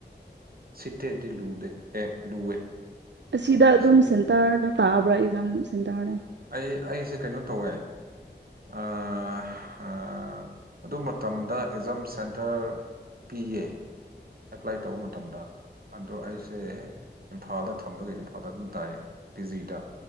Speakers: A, on the right; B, on the right.
A: ꯁꯤꯇꯦꯠꯗꯤ ꯂꯨꯗꯦ ꯑꯦ ꯂꯨꯋꯦ
B: ꯑꯁꯤꯗ ꯑꯗꯨꯝ
A: ꯁꯤꯇꯤ
B: ꯁꯦꯟꯇꯔꯗꯣ ꯇꯥꯕ꯭ꯔꯥ ꯑꯦꯖꯝ ꯁꯦꯟꯇꯔꯗꯣ
A: ꯑꯩ ꯑꯩꯁꯦ ꯀꯩꯅꯣ ꯇꯧꯋꯦ ꯑꯥ ꯑꯥ ꯑꯗꯨ ꯃꯇꯝꯗ ꯑꯦꯛꯖꯥꯝ ꯁꯦꯟꯇꯔ ꯄꯤꯌꯦ ꯑꯦꯄ꯭ꯂꯥꯏ ꯇꯧꯕ ꯃꯇꯝꯗ ꯑꯗꯣ ꯑꯩꯁꯦ ꯏꯝꯐꯥꯜꯗ ꯊꯝꯕꯒ ꯏꯝꯐꯥꯜꯗ ꯑꯗꯨꯝ ꯇꯥꯏꯑꯌꯦ ꯇꯤ ꯖꯤꯗ